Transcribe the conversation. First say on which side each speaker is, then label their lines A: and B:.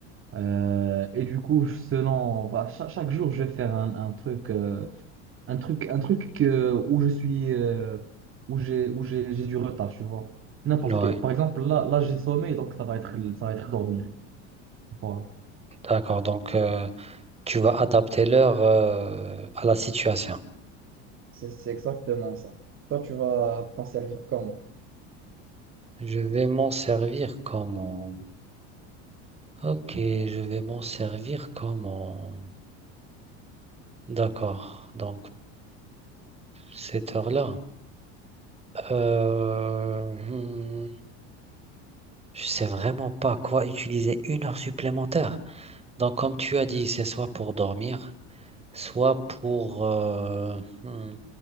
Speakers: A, on the right (about 35°); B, on the right (about 20°).
A: Euh, et du coup, selon, bah, cha- chaque, jour, je vais faire un, un truc, euh, un truc, un truc que, où je suis, euh, où j'ai, où j'ai, j'ai du retard, tu vois. N'importe
B: ouais,
A: quel. Par exemple, là, là, j'ai sommeil, donc ça va être, le- ça va être dormir. Voilà.
B: d'accord. Donc, euh, tu vas adapter l'heure, euh, à la situation.
A: C'est c'est exactement ça. Toi, tu vas t'en servir comment?
B: Je vais m'en servir comment? Ok, je vais m'en servir comment? D'accord, donc cette heure-là. Euh, hmm, je sais vraiment pas quoi utiliser une heure supplémentaire. Donc comme tu as dit, c'est soit pour dormir, soit pour... euh, hmm,